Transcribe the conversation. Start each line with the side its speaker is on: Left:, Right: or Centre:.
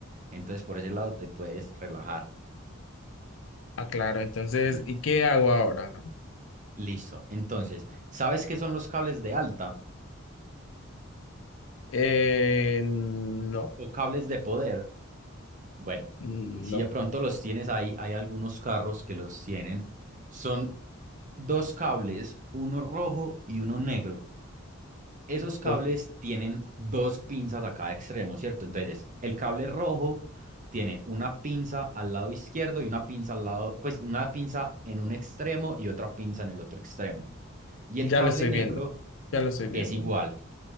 Right: Entonces, por ese lado te puedes relajar.
Left: Ah, claro. entonces,
Right: Mm,
Left: ¿y qué hago ahora?
Right: Listo. Entonces, ¿sabes qué son los cables de alta?
Left: Eh, no,
Right: O cables de poder. Bueno,
Left: no,
Right: si de pronto los tienes ahí, hay algunos carros que los tienen. Son dos cables, uno rojo y uno negro. Esos cables
Left: oh,
Right: tienen dos pinzas a cada extremo, ¿cierto? Entonces, el cable rojo tiene una pinza al lado izquierdo y una pinza al lado, pues una pinza en un extremo y otra pinza en el otro extremo. Y el
Left: ya
Right: cable
Left: lo estoy
Right: negro
Left: viendo, ya lo estoy viendo,
Right: es igual,